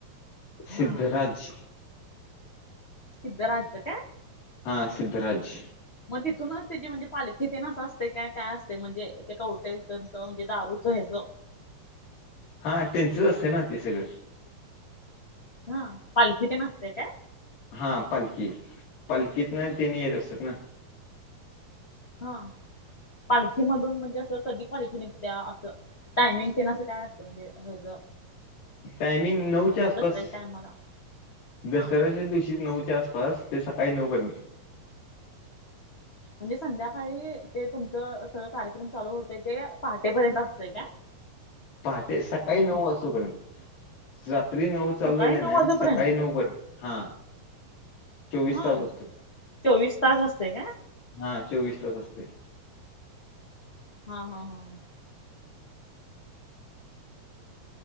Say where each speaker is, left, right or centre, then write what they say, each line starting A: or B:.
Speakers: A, on the left (about 50°); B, on the left (about 75°).
A: हा
B: सिद्धराज.
A: सिद्धराजच काय?
B: हा सिद्धराज.
A: मग तिथूनच ते जे म्हणजे पालखी ते ना असं असते काय? काय असते. म्हणजे ते कटेथच म्हणजे दारूच हेच.
B: हा त्यांचच असते ना. ते सगळं.
A: हा पालखी ते नसते काय?
B: हा पालखी. पालखीत ना ते नेत असतात ना.
A: हा पालखीमधून म्हणजे असं. कधी पालखी निघत्या. असं. टायमिंग तेन असं काय असतं. म्हणजे रोज.
B: टायमिंग नऊच्या आसपास.
A: दसऱ्याच्या टायमाला
B: दसऱ्याच्या
A: हा
B: दिवशी नऊच्या आस पास ते सकाळी नऊपर्यंत.
A: म्हणजे संध्याकाळी. ते तुमचं सगळं कार्यक्रम चालू होतय. ते पहाटेपर्यंत असतंय काय?
B: पहाटे. सकाळी नऊ वाजेपर्यंत. रात्री नऊ चालू
A: सकाळी
B: झाले
A: नऊ
B: ना.
A: वाजेपर्यंत
B: सकाळी नऊ पर्यंत. हा. चोवीस
A: हा.
B: तास असतो
A: चोवीस तास असते का?
B: हा. चोवीस तास असते.
A: हा हा हा ह.